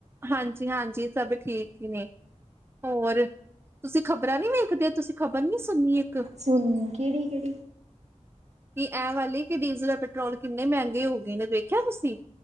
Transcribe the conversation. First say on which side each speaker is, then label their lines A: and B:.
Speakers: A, on the right (about 20°); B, on the right (about 65°).
A: ਹਾਂਜੀ, ਹਾਂਜੀ ਸਭ ਠੀਕ ਹੀ ਨੇ ਔਰ ਤੁਸੀਂ ਖ਼ਬਰਾਂ ਨੀ ਵੇਖਦੇ ਤੁਸੀਂ ਖ਼ਬਰ ਨੀ ਸੁਣਨੀ ਇੱਕ
B: ਸੁਣ ਕਿਹੜੀ ਕਿਹੜੀ
A: ਕੀ ਐ ਵਾਲੀ ਕਿ ਡੀਜ਼ਲ ਪੈਟਰੋਲ ਕਿੰਨੇ ਮਹਿੰਗੇ ਹੋ ਗਏ ਨੇ ਦੇੇਖਿਆ ਤੁਸੀਂ।